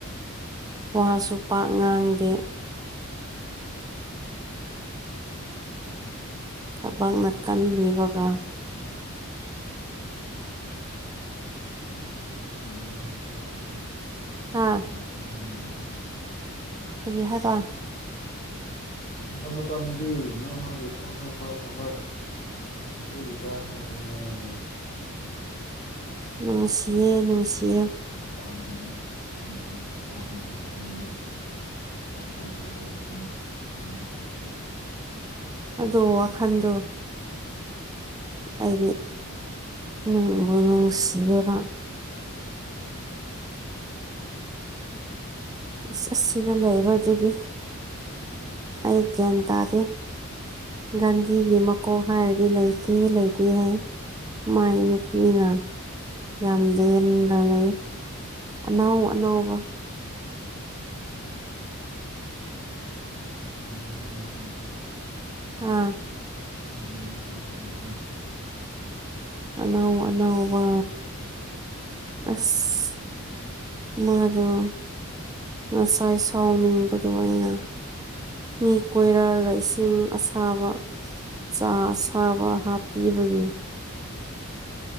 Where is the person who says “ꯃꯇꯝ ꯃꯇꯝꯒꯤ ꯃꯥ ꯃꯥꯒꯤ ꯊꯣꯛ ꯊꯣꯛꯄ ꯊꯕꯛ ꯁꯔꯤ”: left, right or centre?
Left